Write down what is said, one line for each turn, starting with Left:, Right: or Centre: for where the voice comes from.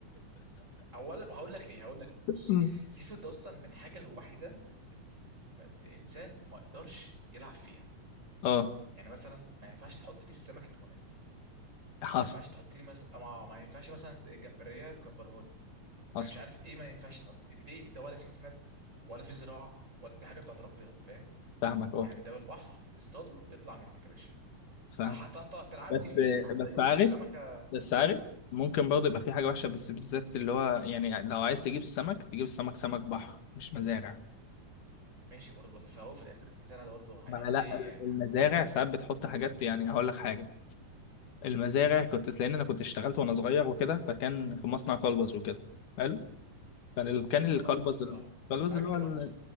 Right: اولا هقول لك ليه هقول لك ليه بص
Left: مم.
Right: السي فود ده اصلا من حاجه الوحيده اللي ما- الانسان ما يقدرش يلعب فيها
Left: اه
Right: يعني مثلا ما ينفعش تحط لي في السمك هرمونات
Left: حصل
Right: ما ينفعش تحط لي مثلا ما, ما ينفعش مثلا جمبريه تكبرها لي
Left: حصل
Right: ما مش عارف ايه ما ينفعش تحط ليه ده ولا في سماد ولا في زراعه ولا دي حاجه بتاعت ربنا فاهم
Left: فاهمك اه
Right: يعني ده بالبحر تصطاده يطلع منك يا باشا
Left: فاهم
Right: أه، هتقطع تلعب
Left: بس
Right: لي فيه هتلاقي
Left: بس
Right: بص
Left: عارف
Right: السمكه
Left: بس
Right: قول
Left: عارف
Right: لي
Left: ممكن برضه يبقى في حاجه وحشه بس بالذات اللي هو يعني لو عايز تجيب السمك تجيب السمك سمك بحر مش مزارع
Right: ماشي برضه بس في الاول وفي الاخر المزارع ده برضه ه-
Left: ما
Right: ه-
Left: لا
Right: ايه يعني
Left: المزارع
Right: مع-
Left: ساعات بتحط حاجات يعني هقول لك حاجه المزارع كنت لان انا كنت اشتغلت وانا صغير وكده فكان في مصنع كلبز وكده حلو كان ال... كان الكلبز
Right: البس اه
Left: الكلبز
Right: اكل
Left: اللي هو ال...
Right: برضه